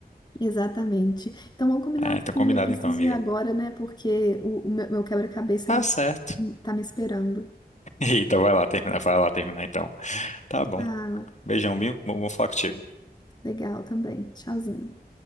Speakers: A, on the left; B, on the left.
A: Exatamente. Então vamos combinar
B: Ah,
A: assim,
B: então combinado
A: eu preciso
B: então, amiga.
A: ir agora, né? Porque o, o meu, meu quebra-cabeça
B: Tá
A: ainda
B: certo. <laughs>
A: tá me esperando.
B: Então vai lá terminar, vai lá terminar então. Tá bom.
A: Ah,
B: Beijão, viu? Bom, vou falar contigo.
A: legal também. Tchauzinho.